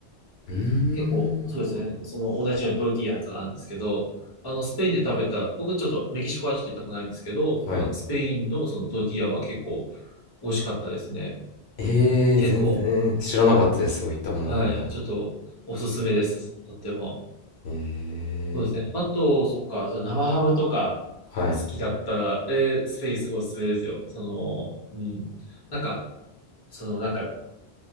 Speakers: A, on the left; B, on the left.
A: うーん。
B: 結構、そうですね、その同じようにトルティーヤとかなんですけど、あの、スペインで食べた、僕ちょっとメキシコはちょっと行ったことないんですけど、
A: はい。
B: スペインのそのトルティーヤは結構美味しかったですね。
A: えー、
B: 結構、
A: 全然知らなかったです。そういったものがあるの。
B: はい、ちょっとおすすめです。とっても。
A: ええ
B: そうですね。あと、そっか、その生ハムとか
A: はい。
B: 好きだったら、えースペインすごいおすすめですよ。その、うん。なんか、その、なんか、